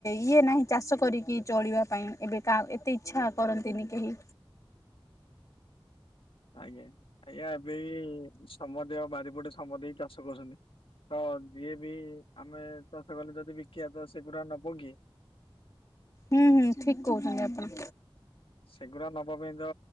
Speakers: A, on the left; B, on the left.
A: ଇଏ ନାହିଁ ଚାଷ କରିକି ଚଳିବା ପାଇଁ ଏବେ ଏତେ ଇଚଛା କରନ୍ତିନି କେହି।
B: ଆଜ୍ଞା ଆଜ୍ଞା ଏବେ ସମ ଦେ ବାରିପଟେ ସମ ଦେଇକି ଚାଷ କରୁଛନ୍ତି। ତ ଯିଏ ବି ଆମେ ଚାଷ କଲେ ଯଦି ବିକିବା ତ ସେଗୁରା ନ ପୋଗି।
A: ହୁଁ ହୁଁ ଠିକ କହୁଛନ୍ତି ଆପଣ।
B: ସେଗୁଡା ନବବିଧ